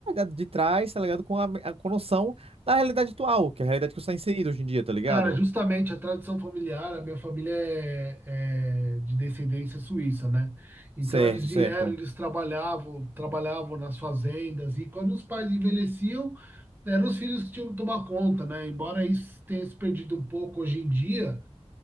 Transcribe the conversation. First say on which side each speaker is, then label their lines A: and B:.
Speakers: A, on the right; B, on the right.
A: de trás, tá ligado? Com a, com a noção da realidade atual, que é a realidade que você está inserido hoje em dia, tá ligado?
B: Cara, justamente a tradição familiar, a minha família é, é de descendência suíça, né? Então
A: Certo,
B: eles vieram,
A: certo.
B: eles trabalhavam, trabalhavam nas fazendas e quando os pais envelheciam, eram os filhos que tinham que tomar conta, né? Embora isso tenha se perdido um pouco hoje em dia,